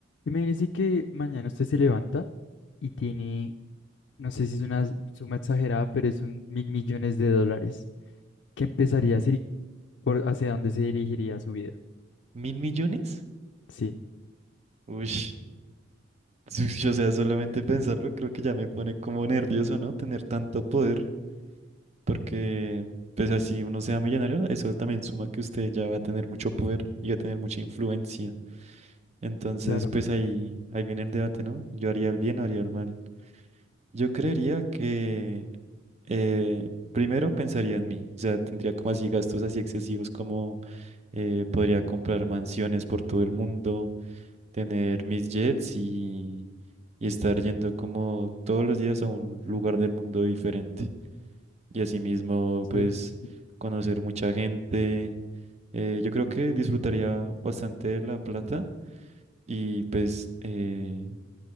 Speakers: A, on the left (about 65°); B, on the right (about 35°).
A: Imagínese que mañana usted se levanta y tiene, no sé si es una suma exagerada, pero es un mil millones de dólares. ¿Qué empezaría a hacer y por hacia dónde se dirigiría su vida?
B: ¿Mil millones?
A: Sí.
B: Uy, <laughs> o sea, solamente pensarlo creo que ya me pone como nervioso, ¿no? Tener tanto poder, porque pues así uno sea millonario, eso también suma que usted ya va a tener mucho poder y va a tener mucha influencia. Entonces,
A: Claro.
B: pues ahí, ahí viene el debate, ¿no? ¿Yo haría el bien o haría el mal? Yo creería que eh, primero pensaría en mí, o sea, tendría como así gastos así excesivos como eh, podría comprar mansiones por todo el mundo tener mis jets y, y estar yendo como todos los días a un lugar del mundo diferente. Y asimismo, pues
A: Jets.
B: conocer mucha gente. Eh, yo creo que disfrutaría bastante de la plata y pues eh,